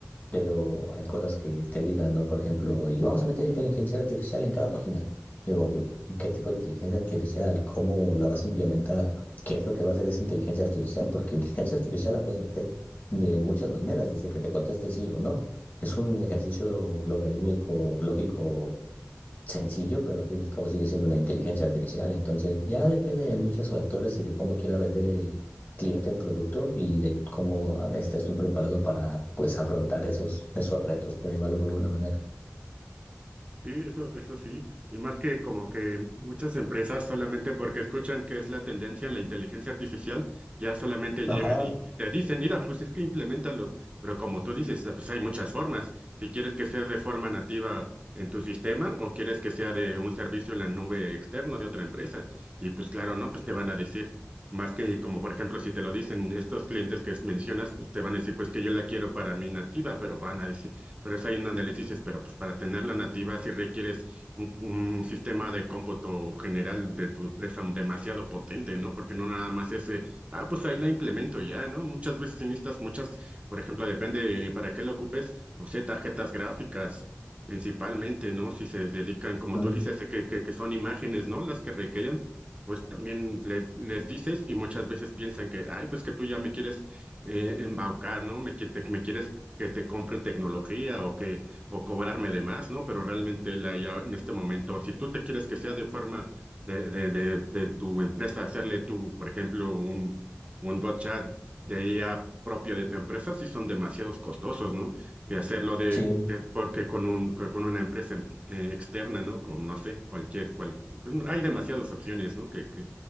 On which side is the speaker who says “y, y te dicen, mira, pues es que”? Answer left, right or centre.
Right